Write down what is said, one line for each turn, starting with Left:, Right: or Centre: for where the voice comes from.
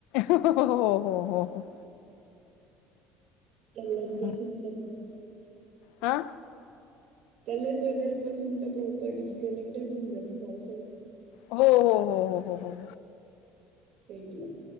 Left: हो हो हो हो.
Right: कल्याणपासून
Left: हो
Right: तर.
Left: हा.
Right: कल्याण वगैरे पासून तर प्रॉपर डिस्कनेक्टच होऊन जातं पावसात.
Left: हो हो हो हो हो हो हो.
Right: सोड तिला.